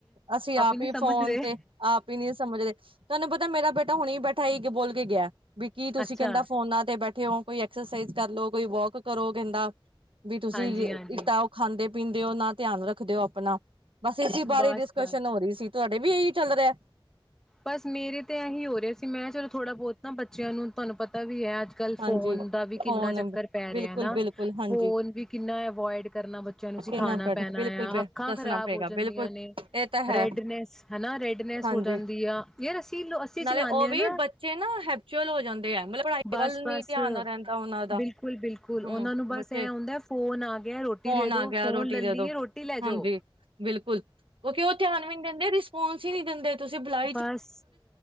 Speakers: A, on the right; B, in the centre.
A: ਅਸੀਂ ਆਪ
B: ਨੀ
A: ਹੀ
B: ਸਮਝ
A: ਫੋਨ
B: ਰਹੇ
A: ਤੇ ਆਪ ਹੀ ਨਹੀਂੀ ਸਮਝਦੇ ਤੁਹਾਨੂੰ ਪਤਾ ਮੇਰਾ ਬੇਟਾ ਹੁਣੇ ਹੀ ਬੈਠਾ ਠਾਾਈ ਬੋਲ ਕੇ ਗਿਆ ਵੀ ਕੀੀ ਤੁਸੀਂ
B: ਅੱਛਾ
A: ਕਹਿੰਦਾ ਫੋਨਾ ਤੇ ਬੈਠੇ ਹੋ ਕੋਈ ਐਕਸਰਸਾਈਜ਼ ਕਰ ਲੋ ਕੋਈ ਵਾਕ ਕਰੋ ਕਹਿੰਦਾ ਵੀ ਤੁਸੀਂ
B: ਹਾਂਜੀ-ਹਾਂਜੀ
A: ਇਟ ਉਹ ਖਾਂਦੇ ਪੀਂਦੇ ਦਿਓ ਨਾ ਧਿਆਨ ਰੱਖ ਦਿਓ ਆਪਣਾ ਬਸ ਇਹਦੀ ਬਾਰੇ
B: ਬਸ-ਬਸ
A: ਡਿਸਕਸ਼ਨ ਹੋ ਰਹੀ ਸੀ ਤੁਹਾਡੇ ਵੀ ਇਹੀ ਚੱਲ ਰਿਹਾ
B: ਬਸ ਮੇਰੇ ਤੇ ਇਹੀ ਹੋ ਰਿਹਾ ਸੀ ਮੈਂ ਚਲੋ ਥੋੜਾ ਬਹੁਤ ਨਾ ਬੱਚਿਆਂ ਨੂੰ ਤੁਹਾਨੂੰ ਪਤਾ ਵੀ ਹੈ ਅੱਜ ਕੱਲ ਫੋਨ
A: ਹਾਂਜੀ
B: ਦਾ ਵੀ ਕਿੰਨਾ
A: ਫੋਨ
B: ਚੱਕਰ ਪੈ
A: ਬਿਲਕੁਲ
B: ਰਿਹਾ ਨਾ
A: ਬਿਲਕੁਲ ਹਾਂਜੀ
B: ਫੋਨ ਵੀ ਕਿੰਨਾ ਅਵੋਇਡ ਕਰਨਾ ਬੱਚਿਆਂ ਨੂੰ ਅਂ
A: ਕਿੰਨਾ
B: ਖਾਣਾ
A: ਪੈਡ
B: ਪੈਣਾ
A: ਬਿਲਕੁਲ
B: ਆ ਅੱਖਾਂ
A: ਦੱਸਣਾ
B: ਖ਼ਰਾਬ
A: ਪਏਗਾ
B: ਹੋ ਜਾਂਦੀਆਂ
A: ਬਿਲਕੁਲ
B: ਨੇ
A: ਇਹ ਤਾਂ ਹੈ
B: ਰੈਡਨੈਸ ਹਨਾ ਰੈਡਨੈਸ
A: ਹਾਂਜੀ
B: ਹੋ ਜਾਂਦੀ ਵਧੀਆ ਯਾਰ ਅਸੀਂ ਅਸੀਂ
A: ਨਾਲੇ
B: ਚਲਾਉਾਨਦੇ
A: ਉਹ
B: ਹਾਂ
A: ਵੀ
B: ਨਾ
A: ਬੱਚੇ ਨਾ ਹੈਬਚੁਅਲ ਹੋ ਜਾਂਦੇ ਆ ਮਤਲਬ ਪੜ੍ਹਾਈ
B: ਬਸ
A: ਵੱਲ ਨੀ
B: ਬਸ
A: ਧਿਆਨ ਰਹਿੰਦਾ ਉਹਨਾਂ ਦਾ
B: ਬਿਲਕੁਲ ਬਿਲਕੁਲ ਉਹਨਾਂ
A: ਹਮ
B: ਨੂੰ ਬਸ
A: ਬੱਚੇ
B: ਇਹ ਹੁੰਦਾ ਫੋਨ ਆ ਗਿਆ ਰੋਟੀ
A: ਫੋਨ
B: ਦੇ ਦੋ
A: ਆ ਗਿਆ
B: ਫੋਨ
A: ਰੋਟੀ
B: ਲੀਏ
A: ਦੇ ਦੋ
B: ਰੋਟੀ ਲੈਜਓ
A: ਹਾਂਜੀ ਬਿਲਕੁਲ ਕਿਉਂਕਿ ਉਹ ਧਿਆਨ ਵੀ ਨੀ ਦਿੰਦੇ ਰਿਸਪੋਂਸ ਹੀ ਨਹੀਂੀ ਦਿੰਦੇ ਤੁਸੀਂ ਬੁਲਾ
B: ਬਸ